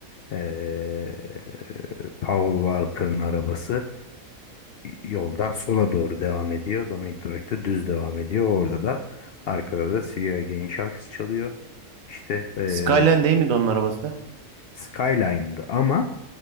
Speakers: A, on the left (about 70°); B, on the right (about 70°).
A: ee, Paul Walker'ın arabası yoldan sola doğru devam ediyor. Dominic Toretto düz devam ediyor. Orada da arkada da See You Again şarkısı çalıyor. İşte ee,
B: Skyline değil miydi onun arabası?
A: Skyline'dı ama